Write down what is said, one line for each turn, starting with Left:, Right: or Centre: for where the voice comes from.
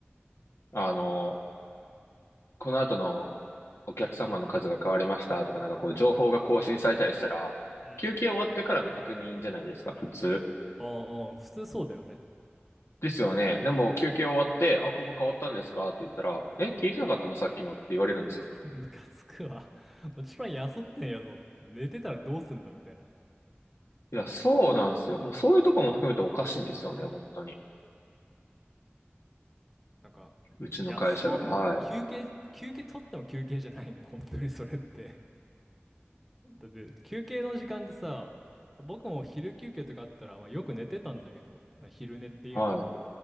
Left: あの、この後のお客様の数が変わりましたとか、なんかこう情報が更新されたりしたら、
Centre: うん。
Left: 休憩終わってからの確認じゃないですか、普通。
Centre: ああ、普通そうだよね。
Left: ですよね。でも休憩終わって、あ、ここ変わったんですかって言ったら、え、聞いてなかったのさっきのって言われるんですよ。
Centre: <laughs> ムカつくわ。もちろん休ってんやぞって。寝てたらどうすんだみたいな。
Left: いや、そうなんですよ。もうそういうとこも含めておかしいんですよね、本当に。
Centre: なんか、
Left: うちの会社が。
Centre: 休まん、
Left: はい。
Centre: 休憩、休憩取っても休憩じゃないんだよ。<laughs> 本当にそれって。だって、休憩の時間でさ、僕も昼休憩とかあったら、まあ、よく寝てたんだけど、な昼寝っていうの。
Left: はい。